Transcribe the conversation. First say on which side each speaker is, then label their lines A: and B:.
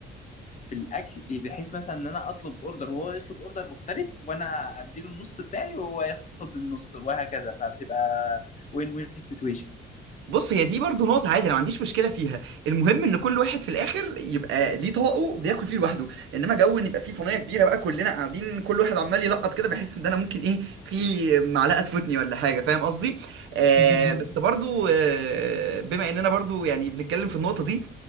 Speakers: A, on the left (about 40°); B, on the right (about 80°).
A: في الاكل بحيث مثلا ان انا اطلب اوردر وهو يطلب اوردر مختلف وانا اديله النص بتاعي وهو ياخد النص وهكذا فبتبقى وين وين سيتويشن
B: بص هي دي برضو نقطة عادي أنا ما عنديش مشكلة فيها المهم إن كل واحد في الآخر يبقى ليه طبقه بياكل فيه لوحده إنما جو إن يبقى فيه صينية كبيرة بقى كلنا قاعدين كل واحد عمال يلقط كده بحس إن أنا ممكن إيه في معلقة تفوتني ولا حاجة فاهم قصدي آه
A: <laughs>
B: بس برضو آه بما إننا برضو يعني بنتكلم في النقطة دي